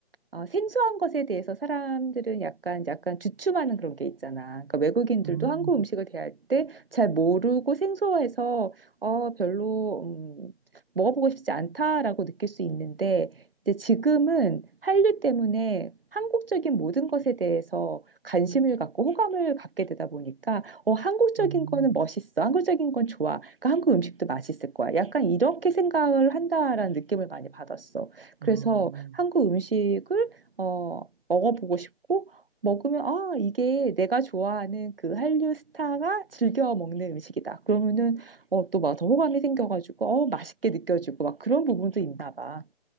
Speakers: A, on the right (about 60°); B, on the right (about 20°).
A: 어, 생소한 것에 대해서 사람들은 약간, 약간 주춤하는 그런 게 있잖아. 그러니까 외국인들도
B: 음,
A: 한국 음식을 대할 때 잘 모르고 생소해서, 어, 별로, 음, 먹어보고 싶지 않다라고 느낄 수 있는데, 이제 지금은 한류 때문에 한국적인 모든 것에 대해서 관심을 갖고 호감을 갖게 되다 보니까, 어, 한국적인
B: 음,
A: 거는 멋있어. 한국적인 건 좋아. 그러니까 한국 음식도 맛있을 거야. 약간 이렇게 생각을 한다라는 느낌을 많이 받았어. 그래서
B: 음,
A: 한국 음식을 어, 먹어보고 싶고, 먹으면, 아, 이게 내가 좋아하는 그 한류 스타가 즐겨 먹는 음식이다. 그러면은, 어, 또 막 더 호감이 생겨가지고, 어, 맛있게 느껴지고, 막 그런 부분도 있나 봐.